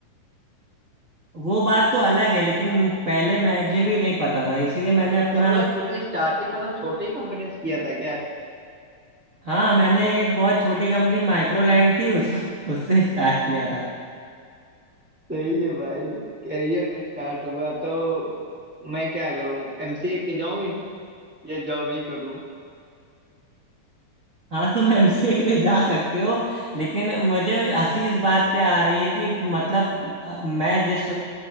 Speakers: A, on the right; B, in the centre.
A: वो बात तो अलग है लेकिन पहले मुझे भी नहीं पता था इसीलिए मैंने
B: अच्छा
A: अपना
B: मतलब तुमने स्टार्टिंग मतलब छोटी कंपनी से किया था क्या
A: हाँ मैंने एक बहुत छोटी कंपनी माइक्रोलैंड थी उस उससे स्टार्ट किया था
B: सही है भाई करियर तो स्टार्ट हुआ तो मैं क्या करूँ एमसीए के जाऊँ या जॉब ही करूँ
A: हाँ तुम एमसीए के लिए जा सकते हो लेकिन मुझे हंसी इस बात पे आ रही है कि मतलब अ, मैं जिस